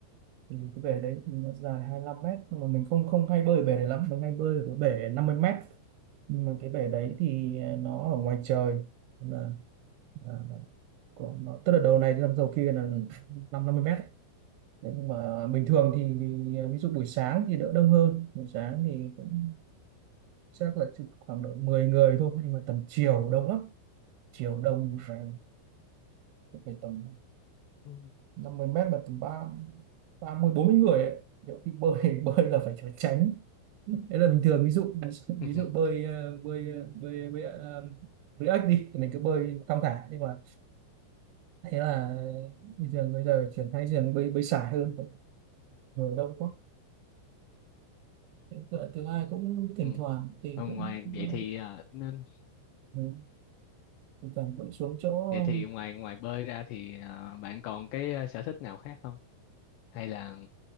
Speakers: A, on the right; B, on the left.
A: thì cái bể đấy thì nó dài hai lăm mét nhưng mà mình không không hay bơi ở bể đấy lắm mình hay bơi ở cái bể năm mươi mét nhưng mà cái bể đấy thì à, nó ở ngoài trời là, là của nó tức là đầu này năm đầu kia là năm năm mươi mét đấy. Thế nhưng mà bình thường thì, thì à, ví dụ buổi sáng thì đỡ đông hơn buổi sáng thì cũng chắc là chỉ khoảng độ 10 người thôi nhưng mà tầm chiều đông lắm chiều đông phải, phải tầm
B: Ừ.
A: 50 mét mà tầm ba ba mươi bốn mươi người ấy nhiều khi bơi <laughs> bơi là phải trốn tránh đấy là bình thường ví dụ ví dụ,
B: <laughs>
A: ví dụ bơi ờ, bơi ờ, bơi bơi, ờ, bơi ếch đi thì mình cứ bơi thong thả nhưng mà thế là bây giờ bây giờ chuyển sang giường bơi bơi sải hơn ngồi đông quá Thế thứ thứ hai cũng thỉnh
B: Ừ.
A: thoảng thì
B: Ờ, ngoài
A: cũng
B: vậy
A: ờ,
B: thì à, nên
A: ừ, thỉnh thoảng cũng xuống chỗ
B: vậy
A: ờ,
B: thì ngoài ngoài bơi ra thì à, bạn còn cái à, sở thích nào khác không? Hay là